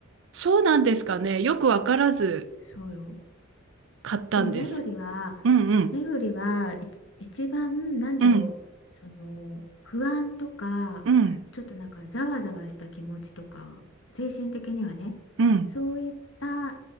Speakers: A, on the right; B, on the left.
A: そうなんですかね。よくわからず
B: そうよ。
A: 買ったんです。
B: でもネロリは、
A: うんうん、
B: ネロリはいち一番なんだろう、
A: うん、
B: その不安とか、
A: うん、
B: ちょっとなんかざわざわした気持ちとか、精神的にはね、
A: うん、
B: そういった